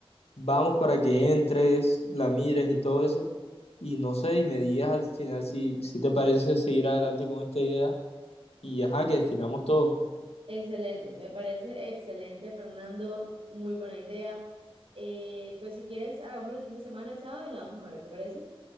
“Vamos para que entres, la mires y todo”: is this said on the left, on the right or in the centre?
Left